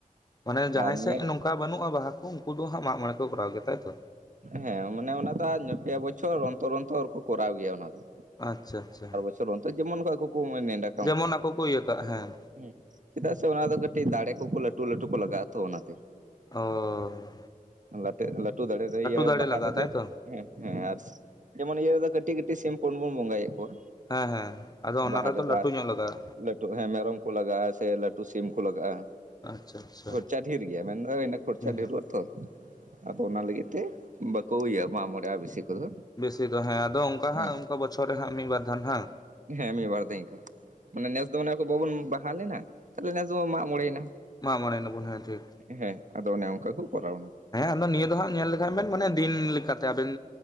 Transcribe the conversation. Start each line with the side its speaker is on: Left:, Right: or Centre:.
Left: ᱢᱟᱱᱮ
Right: ᱟᱨ
Left: ᱡᱟᱦᱟᱸᱭ
Right: ᱱᱤᱭᱟᱹ
Left: ᱥᱮᱜ ᱱᱚᱝᱠᱟ ᱵᱟᱹᱱᱩᱜᱼᱟ ᱵᱟᱦᱟ ᱠᱚ ᱩᱱᱠᱩ ᱫᱚ ᱦᱟᱸᱜ ᱢᱟᱜ ᱢᱚᱬᱮ ᱠᱚ ᱠᱚᱨᱟᱣ ᱜᱮᱭᱟ ᱛᱟᱭᱛᱚ?
Right: ᱦᱮᱸ ᱢᱟᱱᱮ ᱚᱱᱟ ᱫᱚ ᱯᱮ ᱵᱚᱪᱷᱚᱨ ᱚᱱᱛᱚᱨ ᱚᱱᱛᱚᱨ ᱠᱚ ᱠᱚᱨᱟᱣ ᱜᱮᱭᱟ ᱚᱱᱟ ᱫᱚ᱾
Left: ᱟᱪᱪᱷᱟ ᱟᱪᱪᱷᱟ
Right: ᱥᱚᱨᱚᱱ ᱛᱮ ᱡᱮᱢᱚᱱ ᱟᱠᱩ ᱠᱩ ᱱᱮᱰᱟ
Left: ᱡᱮᱢᱚᱱ ᱟᱠᱚ ᱠᱚ ᱤᱭᱟᱹ ᱠᱟᱜ ᱦᱮᱸ᱾
Right: ᱦᱩᱸ ᱪᱮᱫᱟᱜ ᱥᱮ ᱚᱱᱟ ᱫᱚ ᱠᱟᱹᱴᱤᱡ ᱫᱟᱲᱮ ᱠᱚᱠᱚ ᱞᱟᱹᱴᱩ ᱞᱟᱹᱴᱩ ᱠᱚ ᱞᱟᱜᱟᱜᱼᱟ ᱛᱚ ᱚᱱᱟᱛᱮ ᱾
Left: ᱚᱻ
Right: ᱞᱟᱴᱮᱜ ᱞᱟᱹᱴᱩ ᱫᱟᱲᱮ ᱫᱚ ᱤᱭᱟᱹ
Left: ᱫᱟᱲᱮ
Right: ᱵᱟᱦᱟᱜ
Left: ᱞᱟᱜᱟᱜᱼᱟ
Right: ᱨᱮ ᱫᱚ
Left: ᱛᱟᱭᱛᱚ
Right: ᱦᱮᱸ ᱦᱮᱸ ᱟᱨᱟᱥ ᱡᱮᱢᱚᱱ ᱤᱭᱟᱹ ᱨᱮᱫᱚ ᱠᱟᱹᱴᱤᱜ ᱠᱟᱹᱴᱤᱜ ᱥᱤᱢ ᱯᱩᱱ ᱵᱚᱱ ᱵᱚᱸᱜᱟᱭᱮᱜ ᱠᱚᱣᱟ᱾
Left: ᱦᱮᱸ ᱦᱮᱸ ᱟᱫᱚ ᱚᱱᱟ
Right: ᱵᱟᱦᱟ
Left: ᱨᱮᱫᱚ ᱞᱟᱹᱴᱩ
Right: ᱟᱨ
Left: ᱧᱚᱜ ᱞᱟᱜᱟᱜᱼᱟ᱾
Right: ᱞᱟᱹᱴᱩ ᱦᱮᱸ ᱢᱮᱨᱚᱢ ᱠᱚ ᱞᱟᱜᱟᱜᱼᱟ ᱥᱮ ᱞᱟᱹᱴᱩ ᱥᱤᱢ ᱠᱚ ᱞᱟᱜᱟᱜᱼᱟ᱾
Left: ᱟᱪᱪᱷᱟ ᱟᱪᱪᱷᱟ
Right: ᱠᱷᱚᱨᱪᱟ ᱰᱷᱮᱨ ᱜᱮᱭᱟ ᱢᱮᱱᱫᱚ ᱤᱱᱟᱹ ᱠᱷᱚᱨᱪᱟ
Left: ᱦᱩᱸ
Right: ᱰᱷᱮᱨᱚᱜ-ᱟᱛᱚ ᱟᱫᱚ ᱚᱱᱟ ᱞᱟᱹᱜᱤᱫ ᱛᱮ ᱵᱟᱠᱩ ᱤᱭᱟᱹ ᱢᱟᱜᱢᱚᱬᱮᱜᱼᱟ ᱵᱮᱥᱤ ᱠᱚᱫᱚ᱾
Left: ᱵᱮᱥᱤ ᱫᱚ ᱦᱮᱸ ᱟᱫᱚ ᱚᱝᱠᱟ ᱦᱟᱸᱜ
Right: ᱦᱮᱸ
Left: ᱚᱝᱠᱟ ᱵᱚᱪᱷᱚᱨ ᱨᱮ ᱦᱟᱜ ᱢᱤᱜ ᱵᱟᱨ ᱫᱷᱟᱱ ᱦᱟᱸ᱾
Right: ᱦᱮᱸ ᱢᱤᱫ ᱵᱟᱨ ᱫᱤᱱ ᱠᱟ ᱢᱟᱱᱮ ᱱᱮᱥ ᱫᱚ ᱢᱟᱱᱮ ᱵᱟᱵᱩᱱ ᱵᱟᱦᱟ ᱞᱮᱱᱟ ᱛᱟᱞᱮ ᱱᱮᱥ ᱫᱚᱵᱚᱱ ᱢᱟᱜ ᱢᱚᱬᱮᱭᱱᱟ᱾
Left: ᱢᱟᱜ ᱢᱚᱬᱮ ᱱᱟᱵᱚᱱ ᱦᱮᱸ ᱴᱷᱤᱠ
Right: ᱦᱮᱸ ᱟᱫᱚ ᱚᱱᱮ ᱚᱝᱠᱟ ᱠᱚ ᱠᱚᱨᱟᱣ ᱱᱟ᱾
Left: ᱦᱮᱸ ᱟᱫᱚ ᱱᱤᱭᱟᱹ ᱫᱚ ᱦᱟᱸᱜ ᱧᱮᱞ ᱞᱮᱠᱷᱟᱱ ᱵᱮᱱ ᱢᱟᱱᱮ ᱫᱤᱱ ᱞᱮᱠᱟᱛᱮ ᱟᱵᱤᱱ